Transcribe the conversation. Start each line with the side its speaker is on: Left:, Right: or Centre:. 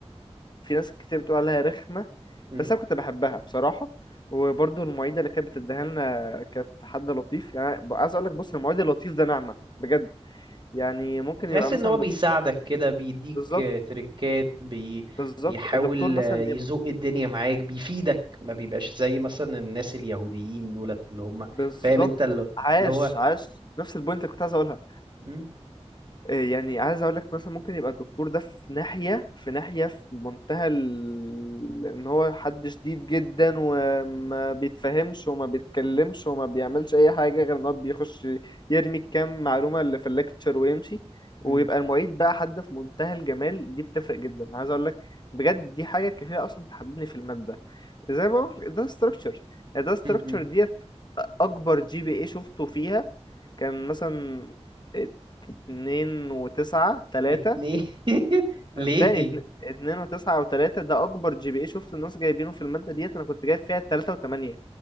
Left: وفي ناس كتير بتقول عليها رخمة
Right: امم
Left: بس انا كنت بحبها بصراحة وبرضو المعيدة اللي كانت بتديها لنا كانت حد لطيف يعني عايز اقولك بص المعيد اللطيف ده نعمة بجد يعني ممكن
Right: تحس
Left: يبقى
Right: ان
Left: مثلا
Right: هو بيساعدك
Left: دك-
Right: كده بيديك
Left: بالظبط
Right: آه، تريكات بي...
Left: بالظبط
Right: بيحاول
Left: الدكتور مثلا
Right: آه، يزوق الدنيا معاك بيفيدك ما بيبقاش زي مثلا الناس اليهوديين دولت اللي هم
Left: بالظبط
Right: فاهم انت اللي,
Left: عاش
Right: اللي هو
Left: عاش نفس البوينت اللي كنت عايز اقولها
Right: مم،
Left: إيه يعني عايز اقول لك مثلا ممكن يبقى الدكتور ده في ناحية في ناحية في منتهى ال... ان هو حد شديد جدا وما بيتفهمش وما بيتكلمش وما بيعملش اي حاجة غير ان هو بيخش يرمي الكام معلومة اللي في الليكتشر ويمشي ويبقى
Right: مم،
Left: المعيد بقى حد في منتهى الجمال دي بتفرق جدا عايز اقول لك بجد دي حاجة كفيلة اصلا تحببني في المادة زي ما بقول ده ستراكشر ده ستراكشر
Right: مم، مم.
Left: ديت اكبر جي بي اي شفته فيها كان مثلا اتنين وتسعة تلاتة
Right: اتنين <laughs> ليه
Left: صدقني اتن- اتنين وتسعة وتلاتة ده أكبر جي بي إيه شفت الناس جايبينه في المادة ديت أنا كنت جايب فيها تلاتة وتمانية